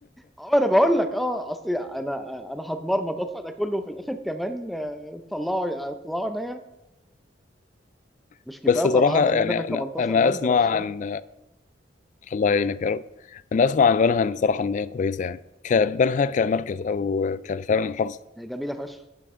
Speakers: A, in the centre; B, on the left (about 40°).
A: اه انا بقول لك اه اصل انا انا هتمرمط ادفع ده كله وفي الاخر كمان آه، طلعوا يعني طلعوا عينيا
B: <laughs>
A: مش كفايه
B: بس
A: طلعنا
B: صراحه
A: عينينا
B: يعني
A: في ال 18
B: انا انا
A: ماده
B: اسمع
A: نفسهم
B: عن الله يعينك يا رب انا اسمع عن بنها صراحه ان هي كويسه يعني كبنها كمركز او كفعل المحافظه
A: هي جميله فشخ